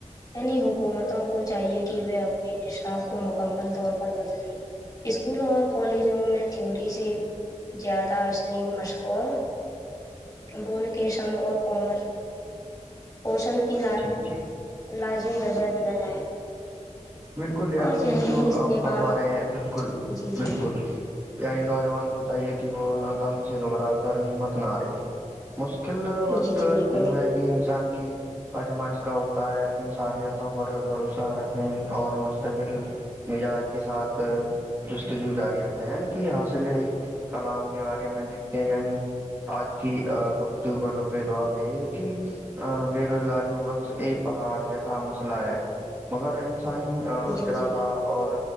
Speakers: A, on the left; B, on the right.
A: یعنی حکومتوں کو چاہیے کہ وہ اپنے نشاب کو مکمل طور پر بدلے اسکولوں اور کالجوں میں تھیوری سے زیادہ الیم مشغور ابو نکشن اور کومر پوشن کی
B: جی جی
A: لازمی درجہ دیا جائے
B: بالکل یعنی
A: اور ذہنی
B: جو
A: استحکام
B: آپ فرما رہے ہیں بالکل
A: جی
B: بالکل
A: جی
B: یعنی نوجوان کو چاہیے کہ وہ نہ ہم سے گھبرا کرمت نہارے مشکل وقت
A: جی جی بالکل
B: جو ہے انسان کی آجمائش کا ہوتا ہے اپنی سلیتوں پر بھروسہ رکھنے اور مستقل مزاج کے ساتھ جستجو جاری رکھا ہے یعنی کہ حاصل کلام کے بارے میں دیکھتے یعنی آج کی گفتگو کا لوبےلوباب یہی ہے کہ بےروزگاری بخش اے پہاڑ جیسا مسئلہ ہے مگر انی
A: جی
B: ارادہ
A: جی
B: اور